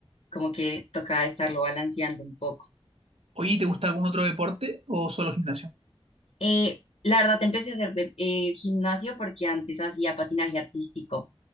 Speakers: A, on the left; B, on the right.
A: como que toca estarlo balanceando un poco.
B: Oye, ¿te gusta algún otro deporte o solo gimnasio?
A: Eh, la verdad, empecé a hacer de, eh, gimnasio porque antes hacía patinaje artístico,